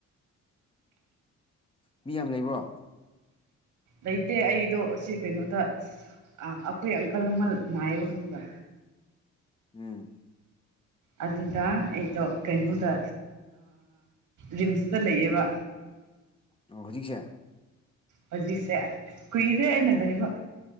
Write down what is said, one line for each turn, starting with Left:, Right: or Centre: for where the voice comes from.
Left: ꯃꯤ ꯌꯥꯝ ꯂꯩꯕ꯭ꯔꯣ
Right: ꯂꯩꯇꯦ ꯑꯩꯗꯣ ꯑꯁꯤ ꯀꯩꯅꯣꯗ ꯑ ꯑꯩꯈꯣꯏ ꯑꯪꯀꯜ ꯑꯃ ꯅꯥꯥꯏꯌꯦꯕ ꯈꯪꯕ꯭ꯔ
Left: ꯎꯝ
Right: ꯑꯗꯨꯗ ꯑꯩꯗꯣ ꯀꯩꯅꯣꯗ ꯔꯤꯝꯁꯇ ꯂꯩꯌꯦꯕ
Left: ꯑꯣ ꯍꯧꯖꯤꯛꯁꯦ
Right: ꯍꯧꯖꯤꯛꯁꯦ ꯀꯨꯏꯔꯦ ꯑꯩꯅ ꯂꯩꯕ